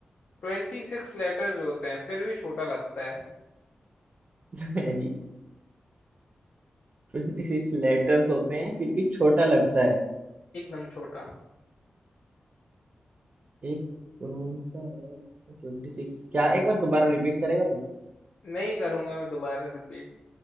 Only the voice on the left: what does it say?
ट्वेंटी सिक्स लेटर्स होते हैं फिर भी छोटा लगता है
एकदम छोटा
नहीं करूंगा मैं दोबारा रिपीट